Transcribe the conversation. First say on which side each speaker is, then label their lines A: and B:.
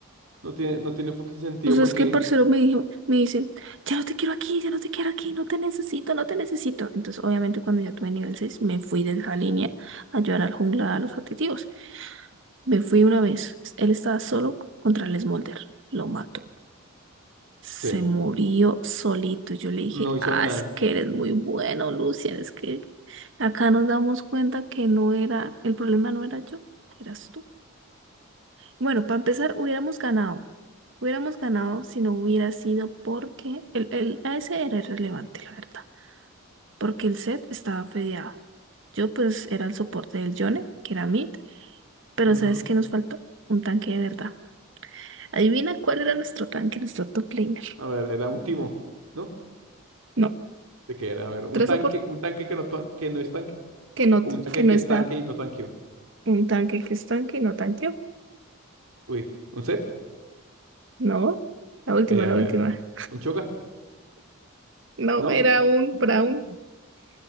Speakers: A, on the right; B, on the right.
A: no tiene, no tiene fucking sentido
B: O sea,
A: porque
B: es que el parcero me dijo, me dice, ya no te quiero aquí, ya no te quiero aquí, no te necesito, no te necesito. Entonces, obviamente, cuando ya tuve nivel 6 me fui de esa línea a ayudar al jungla a los objetivos. Me fui una vez, él estaba solo contra el Smolder, lo mató. Se
A: sí,
B: murió solito. Yo le dije,
A: no hizo
B: ah,
A: nada.
B: es que eres muy bueno, Lucian, es que acá nos damos cuenta que no era, el problema no era yo, eras tú. Bueno, para empezar, hubiéramos ganado. Hubiéramos ganado si no hubiera sido porque el, el ese era irrelevante, la verdad. Porque el set estaba fedeado. Yo pues era el soporte del Yone, que era mid, pero
A: Ujú.
B: ¿sabes qué nos faltó? Un tanque de verdad. Adivina cuál era nuestro tanque, nuestro top laner.
A: A ver, era un timo, ¿no?
B: No,
A: ¿De qué era? A ver, un
B: tres
A: tanque,
B: soportes
A: un tanque que no, ta- que no es tanque,
B: que no,
A: o
B: que
A: un tanque
B: no
A: que
B: está
A: es tanque y no tanque
B: un tanque que es tanque y no tanqueó.
A: Uy, un set,
B: No, la última,
A: eh,
B: la
A: a ver,
B: última.
A: un Cho'Gath,
B: No,
A: ¿no?
B: era un Brown.